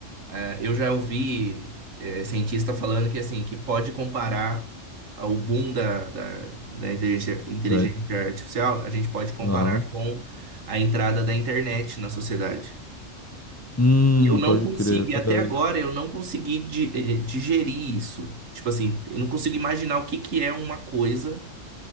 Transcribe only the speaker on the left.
Tá-
Aham.
Hum,
pode
crer, é
verdade.